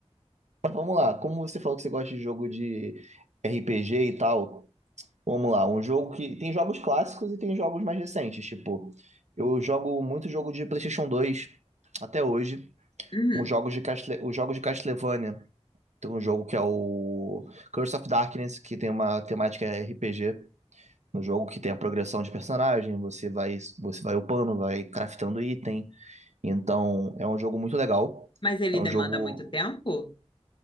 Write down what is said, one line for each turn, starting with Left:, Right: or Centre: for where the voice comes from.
Right: Mas vamos lá, como você falou que você gosta de jogo de RPG e tal, vamos lá, um jogo que tem jogos clássicos e tem jogos mais recentes, tipo, eu jogo muito jogo de PlayStation dois até hoje,
Left: Uhum.
Right: os jogos de Castle... os jogos de Castlevania Tem um jogo que é o Curse of Darkness, que tem uma temática RPG no jogo que tem a progressão de personagem, você vai você vai upando, vai craftando item. Então, é um jogo muito legal.
Left: Mas ele
Right: É um
Left: demanda
Right: jogo,
Left: muito tempo?